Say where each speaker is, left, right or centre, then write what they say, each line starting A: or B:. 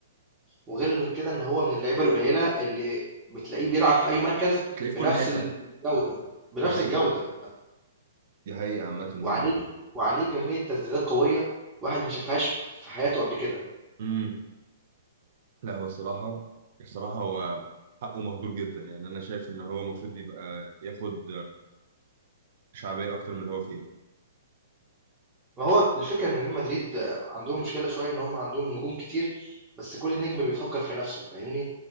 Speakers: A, on the right; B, on the right.
A: وغير إن كده ان هو من اللعيبه القليله اللي بتلاقيه بيلعب في اي مركز
B: تلاقيه
A: بنفس
B: في كل حته
A: الجوده بنفس
B: دي حقيقه
A: الجوده
B: دي حقيقه عامه ان
A: وعليه
B: هو
A: وعليه كميه تسديدات قويه واحد ما شافهاش في حياته قبل كده
B: امم لا هو الصراحه الصراحه هو حقه مهدور جدا يعني انا شايف ان هو المفروض يبقى ياخد شعبيه اكتر من اللي هو فيه
A: وهو الفكره ان ريال مدريد آه، عندهم مشكله شويه ان هم عندهم نجوم كتير بس كل نجم بيفكر في نفسه فاهمني